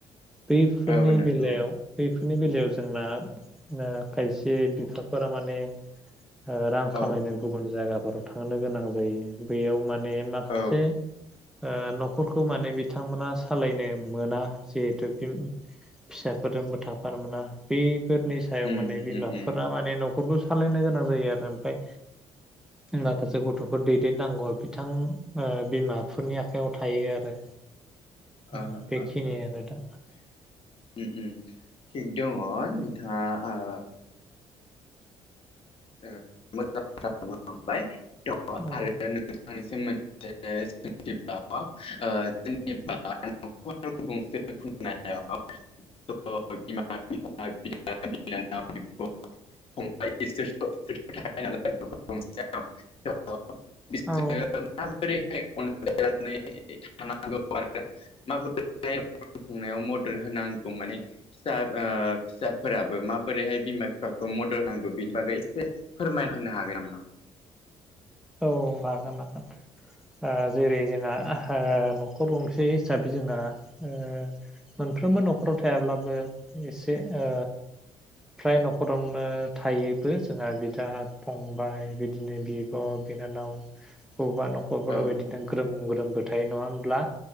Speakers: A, in the centre; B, on the left.
A: बैफोरनि
B: औ नंगौ
A: बेलायाव बैफोर बेफोरनि बेलायाव जोंना ओ खायसे बिफाफोरा माने ओ रां
B: औ
A: खामायनो गुबुन जायगाफोराव थांनो गोनां जायो बैयाव माने माखासे
B: औ
A: ओ न'खरखौ माने बिथांमोना सालायनो मोना जिहेथु बे फिसाफोरजोंबो थाफानो मोना बे फोरनि सायाव
B: उम
A: माने
B: उम
A: बिमाफोरा
B: उम
A: माने न'खरखौ सालायनो गोनां जायो आरो ओमफ्राय
B: उम
A: माखासे
B: उम
A: गथ'फोर दैदेन नांगौ बिथां ओ बिमाफोरनि आखायाव थायो आरो। औ
B: ओ
A: बेखिनियानो
B: ओ ओ
A: दा
B: उम उम । थिग दङ नोंथाङा ओ ओ <unintelligible> <unintelligible>
A: औ
B: दङ आरो <unintelligible> मोनसे जों न'खर गंसे खुंनायाव औ <unintelligible> <unintelligible> <unintelligible>
A: औ
B: माबोरै थाय अनज्लायनानै थानांगौ आरो माबोरैहाय न'खर खुंनायाव मदद होनांगौ माने फिसा ओ फिसाफोराबो माबोरैहाय बिमा फिफाखौ मदद होनांगौ बिनि बागै एसे फोरमायना होनो हागोन नामा?
A: औ हागोन हागोन। ओ जेरै जोंहा ओहो न'खर गंसे हिसाबै जोंना ओ मोनफ्रोमबो न'खराव थायाब्लाबो एसे ओ फ्राय न' न'खरावनो थायोबो जोंहा बिदा फंबाय बि बिदिनो बिब' बिनानाव बबेबा न'खरफोराव
B: ओ
A: बिदिनो ग्रोम ग्रोमबो थायो नङा होनब्ला?